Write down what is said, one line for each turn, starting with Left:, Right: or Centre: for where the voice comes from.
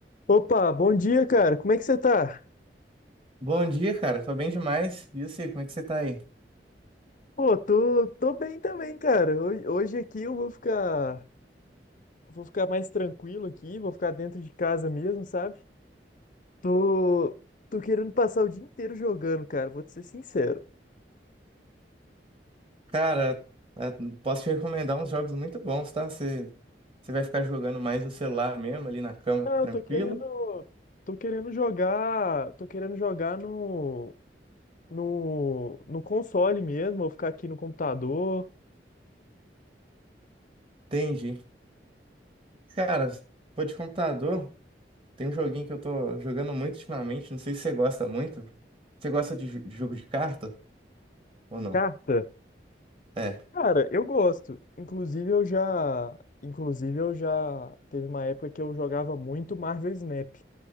Left: Opa, bom dia, cara. Como é que você tá?
Right: Bom dia, cara. Tô bem demais. E você, como é que você tá aí?
Left: Pô, tô, tô bem também, cara. Hoje, hoje aqui eu vou ficar, vou ficar mais tranquilo aqui, vou ficar dentro de casa mesmo, sabe? Tô, tô querendo passar o dia inteiro jogando, cara. Vou te ser sincero.
Right: Cara, eh, posso te recomendar uns jogos muito bons, tá? Você, você vai ficar jogando mais no celular mesmo, ali na cama,
Left: Não, eu
Right: tranquilo?
Left: tô querendo, tô querendo jogar, tô querendo jogar no, no, no console mesmo. Vou ficar aqui no computador.
Right: Entendi. Cara, pô, de computador, tem um joguinho que eu tô jogando muito ultimamente. Não sei se você gosta muito. Você gosta de, jo- de jogo de carta ou não?
Left: Carta.
Right: É.
Left: Cara, eu gosto. Inclusive eu já, inclusive eu já teve uma época que eu jogava muito Marvel Snap.